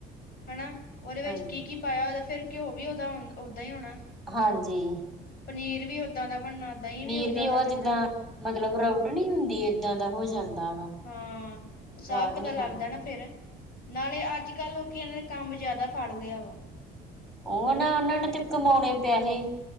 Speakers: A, on the left (about 60°); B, in the centre.
A: ਹਣਾ, ਓਦੇ ਵਿੱਚ
B: ਹਾਂਜੀ
A: ਕੀ-ਕੀ ਪਾਏਆ ਓਦਾ ਫੇਰ ਘੇਓ ਵੀ ਓਦਾ ਓਂ ਓਦਾਂ ਈ ਹੋਣਾ।
B: ਹਾਂਜੀ।
A: ਪਨੀਰ ਵੀ ਓਦਾਂ ਦਾ ਬਣਨਾ ਦਹੀਂ
B: ਪਨੀਰ
A: ਓਦਾਂ
B: ਵੀ ਓ
A: ਦਾ ਬਣਨਾ।
B: ਜਿੱਦਾਂ ਮਤਲਬ ਰਬਟ ਨੀ ਹੁੰਦੀ, ਐਦਾਂ ਦਾ ਹੋ ਜਾਂਦਾ ਵਾ।
A: ਹਾਂ, ਸਾਫ
B: ਸਵਾਦ
A: ਪਤਾ
B: ਨੀ ਲੱਗਦਾ
A: ਲਾੱਗਦਾ ਨਾ ਫੇਰ। ਨਾਲੇ਼ ਆਜ-ਕਾੱਲ ਲੋਕੀਆ ਐਨਾਂ ਨੇ ਕਾੰਮ ਜਾਦਾ ਫਾੜ ਲੇਆ ਵਾ।
B: ਓ ਨਾ ਓਨਾ ਨੇ ਤੇ ਕਮਾਔਣੇ ਪੈਹੇੇ।